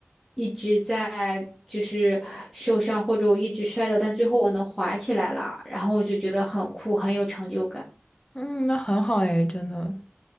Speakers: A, in the centre; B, on the left.
A: 一直在就是受伤或者我一直摔的，但最后我能滑起来了，然后我就觉得很酷，很有成就感，
B: 嗯，那很好哎，真的。